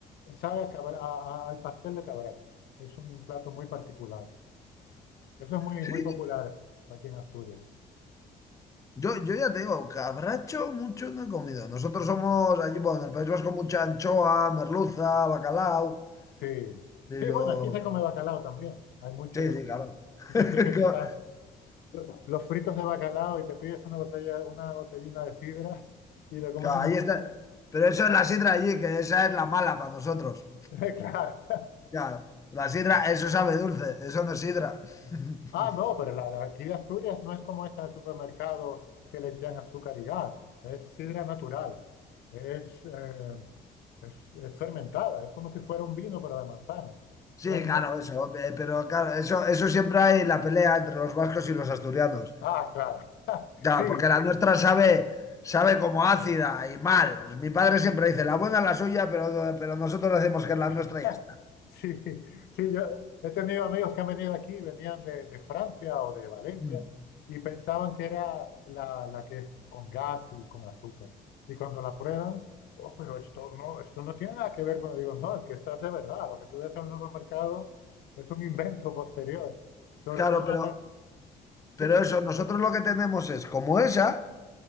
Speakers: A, on the left; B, on the left.
A: sabe a cabra- a- a- al pastel de cabracho. Es un plato muy particular. Eso es muy
B: Sí,
A: muy popular aquí en Asturias.
B: yo, yo, yo ya te digo, cabracho mucho no he comido. Nosotros somos allí, bueno, en el País Vasco mucha anchoa, merluza, bacalao,
A: Sí.
B: pero...
A: Sí, bueno, aquí se come bacalao también. Hay muchos
B: Sí, sí, claro. <laughs>
A: muchos sitios que
B: Co-
A: están los fritos de bacalao y te pides una botella una botellina de sidra y te comes
B: Claro,
A: unos
B: ahí está.
A: fritos
B: Pero eso es la sidra allí, que esa es la mala para nosotros.
A: <laughs> Claro.
B: Ya, la sidra, eso sabe dulce, eso no es sidra. <laughs>
A: Ah, no, pero la de aquí de Asturias no es como esa del supermercado que le echan azúcar y gas. Es sidra natural. Es, eh, es, es fermentada. Es como si fuera un vino, pero de manzana.
B: Sí,
A: Entonces,
B: claro,
A: no.
B: eso. eh, Pero claro, eso, eso siempre hay la pelea entre los vascos y los asturianos.
A: Ah, claro. <laughs>
B: Ya,
A: Sí,
B: porque la nuestra sabe, sabe como ácida y mal. Mi padre siempre dice, la buena es la suya, pero, pero nosotros decimos que es la nuestra
A: <laughs>
B: y ya está.
A: Sí, sí, yo he tenido amigos que han venido aquí, venían de, de Francia o de Valencia
B: Mm.
A: y pensaban que era la, la que es con gas y con azúcar. Y cuando la prueban, oh, pero esto no, esto no tiene nada que ver con, digo, no, es que esta es de verdad, lo que tú ves en el supermercado es un invento posterior. Sobre
B: Claro,
A: todo,
B: pero,
A: me acuerdo-
B: pero
A: sí, sí,
B: eso,
A: sí,
B: nosotros lo que tenemos es como esa,